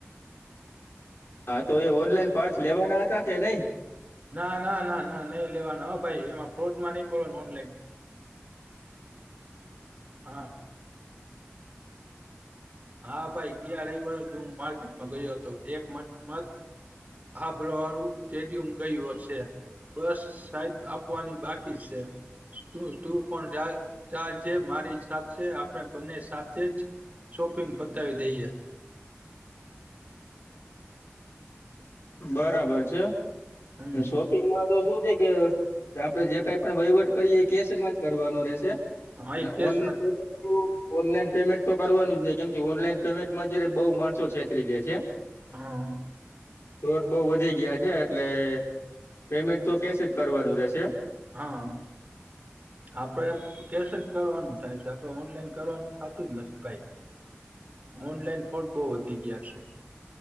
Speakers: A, on the left (about 65°); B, on the right (about 35°).
A: હા તો એ ઓનલાઈન પાસ લેવાના હતા કે નહી
B: ના ના ના ના નહી લેવાના હ ભાઈ એમાં ફ્રૉડમાં નહી પડવાં નુ ઓનલાઈન હા હા ભાઈ ગયા રવિવારે જ હું માર્કેટમાં ગયો હતો એક મત આભલાવાળું કે દી ગયુ હશે બસ સાઈડ આપવાની બાકી છે. તું તું પણ જાગજે મારી સાથે આપણે બંને સાથે જ શોપિંગ પતાવી દઇએ
A: બરાબર છે
B: હમ
A: અને શોપિંગમાં તો શું છે કે આપણે જે કંઈ પણ વહીવટ કરીએ એ કેશમાં જ કરવાનો રહેશે
B: હા
A: અને
B: એ કેશમાં
A: ઓનલાઈન ઓનલાઈન પેમેન્ટ તો કરવાનું જ નહી કેમ કે ઓનલાઈન પેમેન્ટમાં જયારે બહુ માણસો છેતરી લે છે
B: હા
A: રોડ બહુ વધી ગયા છે એટલે પેમેન્ટ તો કેશ જ કરવાનું રહેશે
B: હા આપણે કેશ જ કરવાનું થાય છે આપણે ઓનલાઈન કરવાનું થતું જ નથી ભાઈ ઓનલાઈન ફ્રોડ બહુ વધી ગયા છે